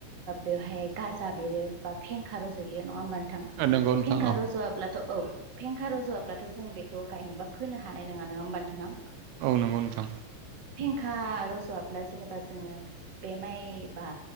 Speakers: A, on the right; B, on the right.
A: बेवहाय गाजा बेरो बा फेंखा रज'यो बियो नङा होमबा नोथां।
B: नंगौ नोंथां
A: फेंखा रज'वाब्लाथ' औ, फेंखा रज'वाब्लाथ' जों बेखौ गायनोबा फोनो हानाय नङा नङा होमबा नोंथां।
B: नोंगौ नोंथां।
A: खा रज'वाब्ला जेनेबा जोङो बे माइबा